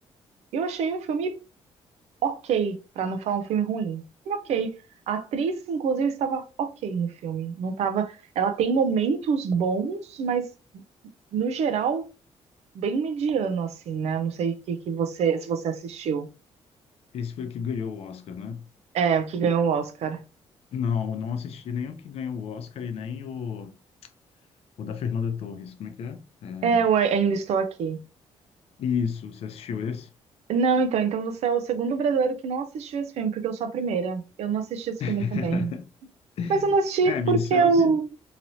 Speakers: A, on the right; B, on the left.
A: e eu achei um filme ok, pra não falar um filme ruim. Um Ok. A atriz, inclusive, estava ok no filme. Não tava, ela tem momentos bons, mas no geral bem mediano, assim, né? Não sei o que, que você, se você assistiu.
B: esse foi o que ganhou o Oscar, né?
A: É, o que ganhou o Oscar.
B: Não, não assisti nem o que ganhou o Oscar e nem o, o da Fernanda Torres. Como é que é? É,
A: É, eu ai- ainda estou aqui.
B: Isso, você assistiu esse?
A: Não, então, então você é o segundo brasileiro que não assistiu esse filme, porque eu sou a primeira. Eu não assisti esse
B: <laughs>
A: filme também. Mas eu não assisti
B: É, me
A: porque
B: disseram
A: eu,
B: que